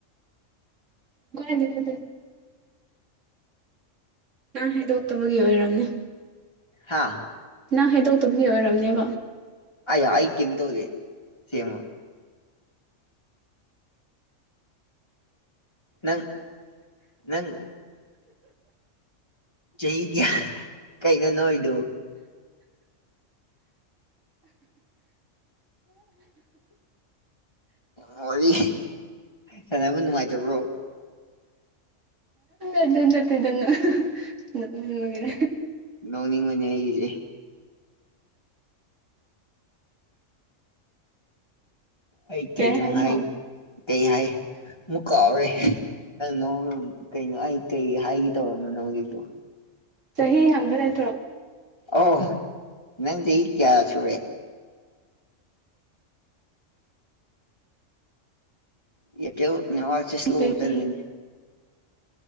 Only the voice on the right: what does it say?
<unintelligible> ꯅꯪ ꯍꯥꯏꯗꯣꯛꯇꯕꯒꯤ ꯑꯣꯏꯔꯝꯅꯦ
ꯅꯪ ꯍꯥꯏꯗꯣꯛꯇꯕꯒꯤ ꯑꯣꯏꯔꯝꯅꯦꯕ
ꯑꯗꯨ ꯅꯇꯦꯗꯅ ꯅꯣꯛꯅꯤꯡꯕꯒꯤ
ꯀꯩ ꯍꯥꯏꯕꯅꯣ
ꯆꯍꯤ ꯍꯪꯕ ꯅꯠꯇ꯭ꯔꯣ
ꯇ꯭ꯋꯦꯟꯇꯤ